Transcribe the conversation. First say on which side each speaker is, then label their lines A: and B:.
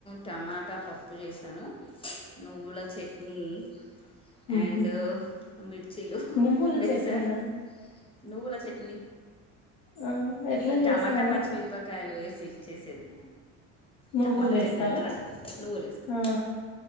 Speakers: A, on the left (about 15°); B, on the left (about 85°).
A: టమాటా పప్పు చేశాను నువ్వుల చట్నీ ఉ
B: ఉహు
A: అండ్ మిర్చీలు
B: నువ్వుల
A: వేశాను
B: చట్నీనా
A: నువ్వుల చట్నీ
B: ఆ ఎట్లా
A: టమాటా
B: చేస్తారు
A: పచ్చిమిరపకాయలు వేసి చేసేది
B: నువ్వులు
A: టమాటా
B: వేస్తారా
A: చట్నీ అంటార నువ్వులు వేస్తాం
B: ఆ